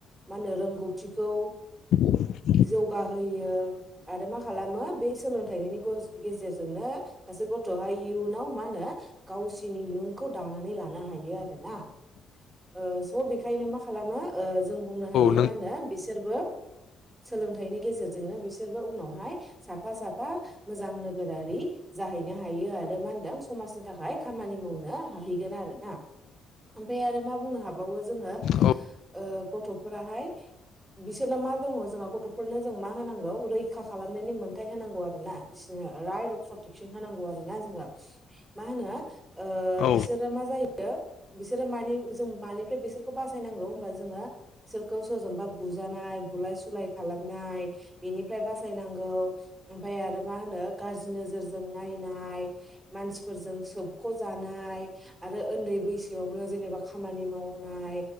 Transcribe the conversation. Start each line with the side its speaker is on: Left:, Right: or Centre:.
Right: मा होनो रोंगौथिखौ
Left: <unintelligible>
Right: जौगाहोयो आरो मा खालामो बे सोलोंथाइनि गेजेरजोंनो सासे गथ'हाय इयुनाव मा होनो गावसिनिनो इयुनखौ दानानै लानो हायो आरोना। ओ स' बेखायनो मा खालामो जों बुंनो हायो
Left: नों
Right: मा होनो बिसोरबो सोलोंथाइनि गेजेरजोंनो बिसोरबो उनावहाय साफा साफा मोजां नोगोरारि जाहैनो हायो आरो मा होनदों समाजनि थाखाय खामानि मावनो हाहैगोन आरो ना। ओमफ्राय आरो मा बुंनो हाबावो जोङो
Left: औ
Right: ओ‌ गथ'फोराहाय बिसोरना मा दङ जोंहा गथ'फोरनो जों मा होनांगौ रैखा खालामनायनि मोनथाय होनांगौ आरोना बिसोरनो राय अफ प्रटेकसन होनांगौ आरोना जोङो मा होनो? ओ
Left: औ
Right: बिसोरो मा जायो बिसोरो मानि जों मानिफ्राय बिसोर खौ बासायनांगौ होमबा जोङो बिसोरखौ सोरजोंबा बुजानाय बुलाय सुलाय खालामनाय बेनिफ्राय बासायनांगौ ओमफ्राय आरो मा होनो गाज्रि नोजोरजों नायनाय मानसिफोरजों सोबख' जानाय आरो उन्दै बैसोआवनो जेनेबा खामानि मावनाय।